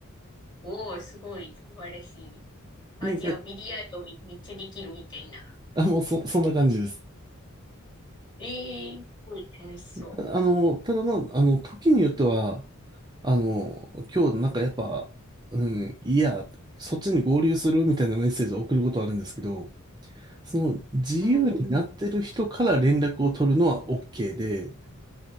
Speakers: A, on the left; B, on the right.
A: おー、すごい、素晴らしい。あ、
B: で、
A: じゃあ、
B: 逆、
A: ビリヤードめめっちゃできるみたいな。
B: あ、もうそ、そんな感じです。
A: ええー、すごい楽しそ
B: あの、ただまあ、あの、時によっては、あの、今日なんかやっぱ、うん、いや、そっちに合流するみたいなメッセージを送ることはあるんですけど、その自由になってる人から連絡を取るのは
A: う。うん、
B: OK で、